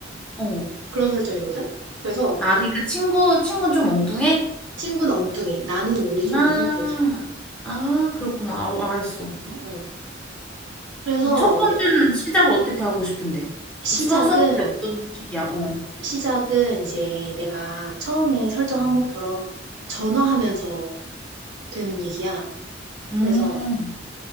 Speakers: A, in the centre; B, on the right.
A: 어.
B: 그런 설정이거든? 그래서
A: 아, 그러니까 친구 친구는 좀 엉뚱해?
B: 친구는 엉뚱해. 나는 오히려 좀
A: 아,
B: 이성적이야.
A: 아, 그렇구나. 아, 알았어.
B: 응, 응. 그래서
A: 그럼 첫 번째는
B: 내-
A: 시작을 어떻게 하고 싶은데?
B: 시작은
A: 써, 써는 게 어떤 식이야? 어.
B: 시작은 이제 내가 처음에 설정한 것처럼 전화하면서 되는 얘기야. 그래서
A: 음,